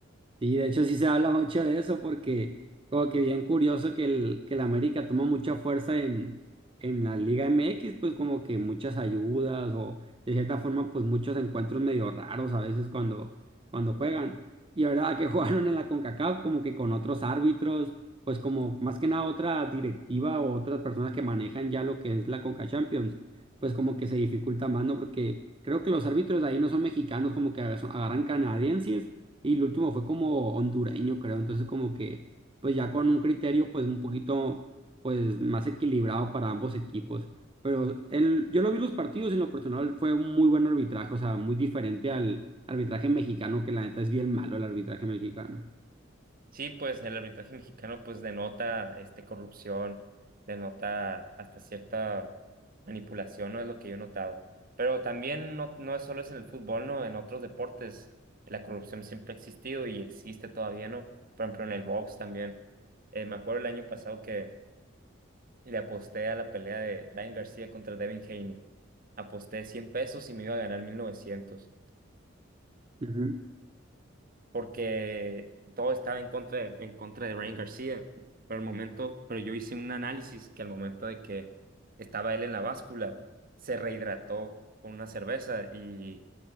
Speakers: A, on the right; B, on the right.
A: Sí, de hecho sí se habla mucho de eso porque como que bien curioso que el, que el América toma mucha fuerza en, en la Liga MX, pues como que muchas ayudas o de cierta forma pues muchos encuentros medio raros a veces cuando, cuando juegan. Y ahora que <laughs> jugaron en la CONCACAF como que con otros árbitros, pues como más que nada otra directiva o otras personas que manejan ya lo que es la Conca Champions, pues como que se dificulta más, ¿no? Porque creo que los árbitros de ahí no son mexicanos, como que ag- son- agarran canadienses y el último fue como hondureño, creo. Entonces, como que, pues ya con un criterio, pues un poquito, pues más equilibrado para ambos equipos. Pero en- yo lo vi los partidos, en lo personal fue un muy buen arbitraje, o sea, muy diferente al arbitraje mexicano, que la neta es bien malo el arbitraje mexicano.
B: Sí, pues el arbitraje mexicano pues denota este corrupción, denota hasta cierta manipulación, ¿no? Es lo que yo he notado. Pero también no, no es solo es en el fútbol, ¿no? En otros deportes la corrupción siempre ha existido y existe todavía, ¿no? Por ejemplo, en el box también. Eh, me acuerdo el año pasado que le aposté a la pelea de Ryan García contra Devin Haney. Aposté 100 pesos y me iba a ganar 1900
A: Ujú.
B: porque todo estaba en contra de, en contra de Ryan García. Pero al momento, pero yo hice un análisis que al momento de que estaba él en la báscula, se rehidrató con una cerveza y,